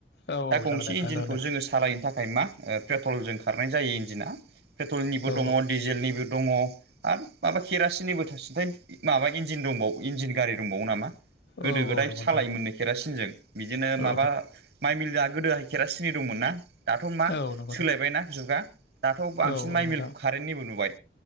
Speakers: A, on the left (about 65°); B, on the right (about 60°).
A: औ
B: दा
A: औ
B: गंसे
A: जागोन दे नोंथां
B: इनजिनखौ
A: जागोन दे
B: जोङो सा सालायनो थाखाय मा ओ पेट्रलजों खारनाय जायो इन्जिना पेट्रलनिबो
A: औ
B: दङ डिजेलनिबो दङ आरो माबा केरासिननिबो थासिन्थाय माबा इन्जिन दंबाव इन्जिन गारि दंबावो नामा गोदो
A: औ
B: गोदाय
A: औ नंगौ
B: सालाय
A: नोंथां
B: मोननो खेरासिनजों। बिदिनो माबा
A: औ
B: माइ मिला गोदोहाय खेरा सिनि दंमोन ना दाथ' मा
A: औ नंगौ नोंथां
B: सोलायबायना जुगा। दाथ' बांसिन
A: औ
B: माइ
A: नोंथां
B: मिल कारेन्निबो नुबाय।